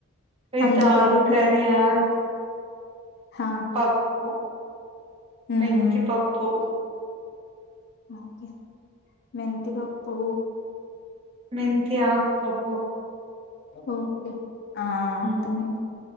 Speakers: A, on the right; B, on the left.
A: విత్
B: అందుకేనా
A: ఆలు కర్రీ ఆరు
B: హా
A: పప్పు
B: మ్మ్
A: మెంతిపప్పు
B: ఓకే మెంతిపప్పు
A: మెంతి ఆకు పప్పు
B: ఓకే ఆ అర్ధమై
A: హ్మ్.